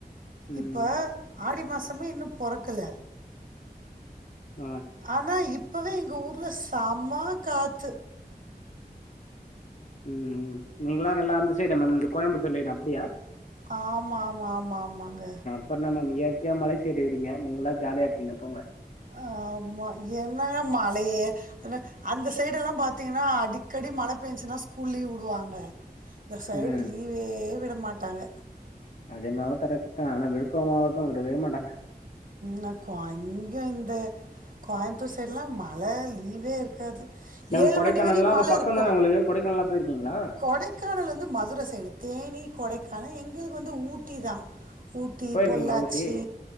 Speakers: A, on the left (about 50°); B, on the right (about 55°).
A: ம்
B: இப்ப ஆடி மாசமே இன்னு பொறக்கல
A: அ
B: ஆனா இப்பவே எங்க ஊர்ல செம்ம காத்து
A: ம் நீங்களா நல்லா அந்த சைடே மேம் இந்த கோயம்புத்தூர் லைன் அப்டியா
B: ஆமா ஆமா ஆமா ஆமாங்க
A: அப்றோ என்ன மேம் இயற்கைய மலை சைடுருக்கீங்க நீங்களா ஜாலியாருப்பீங்க போங்க
B: ஆ ஆம்மா என்னங்க மழையே அந்த சைடுல்லா பாத்தீங்கன்னா அடிக்கடி மழ பெஞ்சுன்னா ஸ்கூல் லீவ் வுடுவாங்க இந்த சைடு
A: ம்
B: லீவே விட மாட்டாங்க
A: அது என்னவோ கரெட் தா ஆனா விழுப்புரோ மாவட்டோ விடவே மாட்டாங்க
B: ந கோ இங்கயு இந்த கோயமுத்தூர் சைடுலா மழ லீவே இருக்காது
A: மேம்
B: ஏழு
A: கொடைக்கானல்லா
B: மணி வரையு
A: அப்ப
B: மழ
A: பக்கோ
B: இருக்குஜௌ
A: தான உங்களுக்கு கொடைக்கானல்லா போயிருக்கீங்களா
B: கொடை க்கானல் வந்து மதுர சைடு தேனி கொடைக்கானல் எங்களுக்கு வந்து ஊட்டி தா ஊட்டி
A: போயிருக்கீங்களா
B: பொள்ளாச்சி
A: ஊட்டி